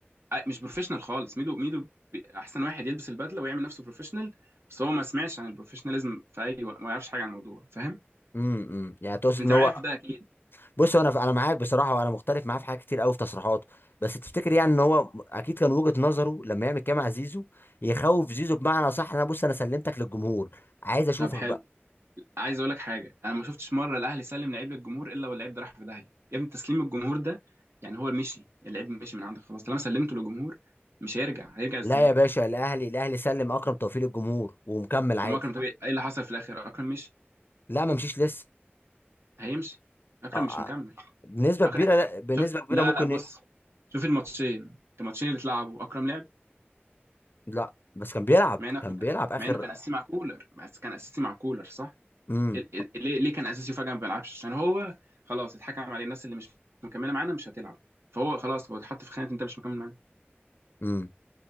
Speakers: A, on the right; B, on the left.
A: آه، مش بروفيشنال خالص ميدو ميدو بي- احسن واحد يلبس البدله ويعمل نفسه بروفيشنال بس هو ما سمعش عن البروفيشناليزم في اي وقت ما يعرفش حاجه عن الموضوع فاهم
B: امم إمم. يعني تقصد
A: انت
B: ان هو
A: عارف ده اكيد
B: بص هو انا انا معاك بصراحه وانا مختلف معاه في حاجات كتير قوي في تصريحاته بس تفتكر يعني ان هو اكيد كان وجهه نظره لما يعمل كده مع زيزو يخوف زيزو بمعنى صح انا بص انا سلمتك للجمهور عايز اشوفك
A: طب حلو
B: بقى
A: عايز اقول لك حاجه انا ما شفتش مره الاهلي سلم لعيب للجمهور الا واللعيب ده راح في داهيه يا ابني تسليم الجمهور ده يعني هو مشي اللعيب مشي من عندك خلاص طالما سلمته للجمهور مش هيرجع هيرجع ازاي
B: لا يا باشا الاهلي الاهلي سلم اكرم توفيق للجمهور ومكمل عادي
A: طب ما اكرم طبيعي ايه اللي حصل في الاخر اكرم مشي
B: لا ما مشيش لسه
A: هيمشي اكرم
B: آه،
A: مش مكمل
B: آه، بنسبه
A: أكرم...
B: كبيره
A: أت-
B: لا بنسبه
A: شوف
B: كبيره
A: لا
B: ممكن
A: لا بص
B: ي-
A: شوف الماتشين الماتشين اللي اتلعبوا اكرم لعب
B: لا بس كان بيلعب
A: مع انه
B: كان بيلعب اخر
A: مع انه كان اساسي مع كولر بس كان اساسي مع كولر صح
B: امم
A: ال- ال- ليه ليه كان اساسي وفجاه ما بيلعبش عشان هو خلاص اتحكم عليه الناس اللي مش مكمله معانا مش هتلعب فهو خلاص هو اتحط في خانه انت مش مكمل معانا
B: امم